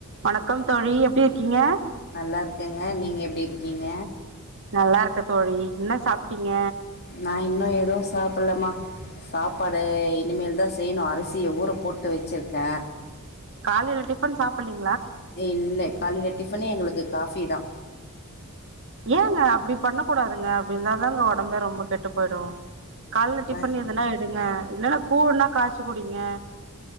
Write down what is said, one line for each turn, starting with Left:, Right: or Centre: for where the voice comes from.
Right: வணக்கம் தோழி எப்படி இருக்கீங்க
Left: நல்லா இருக்கங்க நீங்க எப்டி இருக்கீங்க
Right: நல்லா இருக்க தோழி என்ன சாப்ட்டீங்க
Left: நா இன்னு எதுவு சாப்புட்லமா சாப்பாடு இனிமேல்தா செய்ணு அரிசிய ஊர போட்டு வச்சிருக்கே
Right: காலைல டிஃபன் சாப்பிட்லீங்க
Left: இல்ல காலைல டிஃபனே எங்களுக்கு காஃபி தா
Right: ஏங்க அப்டி பண்ண கூடாதுங்க அப்டி இருந்தாதாங்க உடம்பே ரொம்ப கெட்டு போயிடு கால்ல டிஃபன்
Left: ப
Right: எதுனா எடுங்க இல்லன்னா கூழ்ன்னா காய்ச்சு குடிங்க